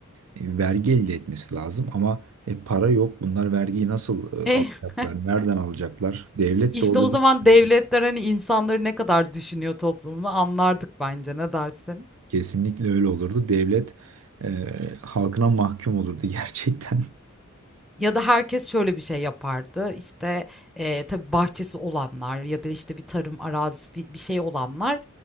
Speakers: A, on the right (about 80°); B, in the centre.
A: e, vergi elde etmesi lazım ama e, para yok. Bunlar vergiyi nasıl e,
B: <laughs>
A: alacaklar? Nereden alacaklar? Devlet
B: İşte
A: de orada
B: o zaman
A: bir sıkıntı.
B: devletler hani insanları ne kadar düşünüyor toplumunu anlardık bence. Ne dersin?
A: Kesinlikle öyle olurdu. Devlet e, halkına mahkum olurdu <laughs> gerçekten.
B: Ya da herkes şöyle bir şey yapardı. İşte, eee, tabii bahçesi olanlar ya da, işte, bir tarım arazisi bi bir şey olanlar,